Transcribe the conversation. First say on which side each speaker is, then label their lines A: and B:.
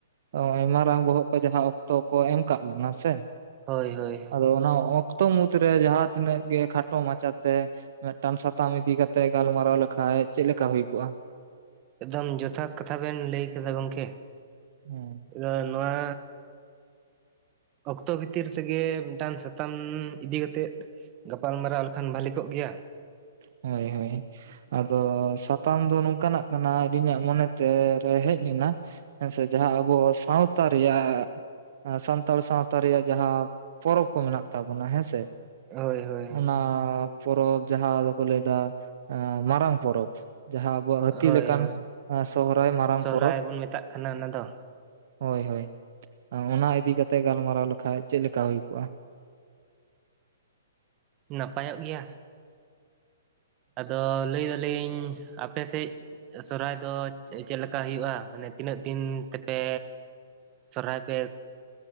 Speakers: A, on the right; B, on the right.
A: ᱦᱚᱭ ᱢᱟᱨᱟᱝ ᱵᱚᱦᱚᱜ ᱠᱚ ᱡᱟᱦᱟᱸ ᱚᱠᱛᱚ ᱠᱚ ᱮᱢ ᱟᱠᱟᱜ ᱵᱚᱱᱟ ᱥᱮ
B: ᱦᱳᱭ ᱦᱳᱭ
A: ᱟᱫᱚ ᱚᱱᱟ ᱚᱠᱛᱚ ᱢᱩᱫᱽᱨᱮ ᱡᱟᱦᱟᱸ ᱛᱤᱱᱟᱹᱜ ᱜᱮ ᱠᱷᱟᱴᱚ ᱢᱟᱪᱷᱟᱛᱮ ᱢᱤᱫᱴᱟᱝ ᱥᱟᱛᱟᱢ ᱤᱫᱤ ᱠᱟᱛᱮᱜ ᱜᱟᱞᱢᱟᱨᱟᱣ ᱞᱮᱠᱷᱟᱡ ᱪᱮᱫ ᱞᱮᱠᱟ ᱦᱩᱭ ᱠᱚᱜᱼᱟ
B: ᱮᱠᱫᱚᱢ ᱡᱚᱛᱷᱟᱛ ᱠᱟᱛᱷᱟ ᱵᱮᱱ ᱞᱟᱹᱭ ᱠᱮᱫᱟ ᱜᱚᱢᱠᱮ
A: ᱦᱮᱸ
B: ᱟᱫᱚ ᱱᱚᱣᱟ ᱚᱠᱛᱚ ᱵᱷᱤᱛᱤᱨ ᱛᱮᱜᱮ ᱢᱤᱫᱴᱟᱱ ᱥᱟᱛᱟᱢ ᱤᱫᱤ ᱠᱟᱛᱮᱫ ᱜᱟᱯᱟᱞᱢᱟᱨᱟᱣ ᱞᱮᱠᱷᱟᱱ ᱵᱷᱟᱞᱤ ᱠᱚᱜ ᱜᱮᱭᱟ
A: ᱦᱳᱭ ᱦᱳᱭ ᱟᱫᱚ ᱥᱟᱛᱟᱢ ᱫᱚ ᱱᱚᱝᱠᱟᱱᱟᱜ ᱠᱟᱱᱟ ᱟᱹᱞᱤᱧᱟᱜ ᱢᱚᱱᱮ ᱛᱮ ᱨᱮ ᱦᱮᱡ ᱮᱱᱟ ᱦᱮᱸ ᱥᱮ ᱡᱟᱦᱟᱸ ᱟᱵᱚ ᱥᱟᱶᱛᱟ ᱨᱮᱭᱟᱜ ᱥᱟᱱᱛᱟᱲ ᱥᱟᱶᱛᱟ ᱨᱮᱭᱟᱜ ᱡᱟᱦᱟᱸ ᱯᱚᱨᱚᱵᱽ ᱠᱚ ᱢᱮᱱᱟᱜ ᱛᱟᱵᱚᱱᱟ ᱦᱮᱸᱥᱮ
B: ᱦᱳᱭ ᱦᱳᱭ
A: ᱚᱱᱟ ᱯᱚᱨᱚᱵᱽ ᱡᱟᱦᱟᱸ ᱫᱚᱵᱚ ᱞᱟᱹᱭ ᱮᱫᱟ ᱢᱟᱨᱟᱝ ᱯᱚᱨᱚᱵᱽ ᱡᱟᱦᱟᱸ ᱟᱵᱚᱣᱟᱜ ᱦᱟᱹᱛᱤ
B: ᱦᱳᱭ
A: ᱞᱮᱠᱟᱱ
B: ᱦᱳᱭ
A: ᱥᱚᱦᱨᱟᱭ ᱢᱟᱨᱟᱝ
B: ᱥᱚᱦᱨᱟᱭ
A: ᱯᱚᱨᱚᱵᱽ
B: ᱵᱚᱱ ᱢᱮᱛᱟᱜ ᱠᱟᱱᱟ ᱚᱱᱟ ᱫᱚ
A: ᱦᱳᱭ ᱦᱳᱭ ᱚᱱᱟ ᱤᱫᱤ ᱠᱟᱛᱮᱜ ᱜᱟᱞᱢᱟᱨᱟᱣ ᱞᱮᱠᱷᱟᱡ ᱪᱮᱫ ᱞᱮᱠᱟ ᱦᱩᱭ ᱠᱚᱜᱼᱟ
B: ᱱᱟᱯᱟᱭᱚᱜ ᱜᱮᱭᱟ ᱟᱫᱚ ᱞᱟᱹᱭ ᱮᱫᱟᱹᱞᱤᱧ ᱟᱯᱮ ᱥᱮᱫ ᱥᱚᱦᱨᱟᱭ ᱫᱚ ᱪᱮᱫ ᱞᱮᱠᱟ ᱦᱩᱭᱩᱜᱼᱟ ᱢᱟᱱᱮ ᱛᱤᱱᱟᱹᱜ ᱫᱤᱱ ᱛᱮᱯᱮ ᱥᱚᱨᱚᱦᱟᱭ ᱯᱮ